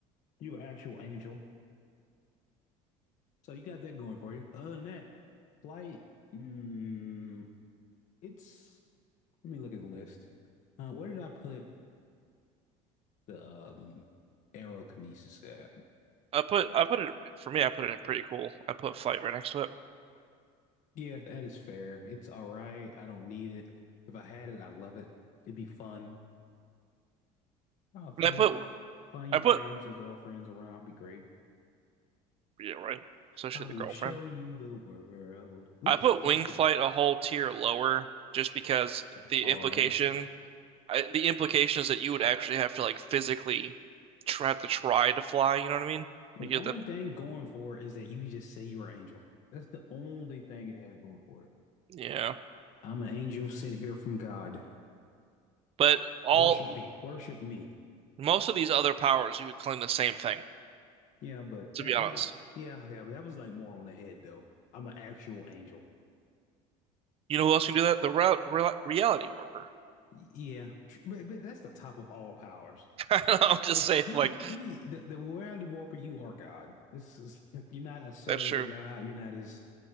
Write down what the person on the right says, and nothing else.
I put I put it for me. I put it in pretty cool. I put flight right next to it,
and I put
I put
yeah right, especially
the girlfriend.
I put
wing
flight a whole tier lower just because the
implication
I, the implication is that you would actually have to like physically try, have to try to fly. You know what I mean?
Like you
have to
yeah.
But all
Most of these other powers, you could claim the same thing,
to be honest.
You know who else can do that? The re re reality warper.
<laughs> I'm just
saying,
like,
that's true.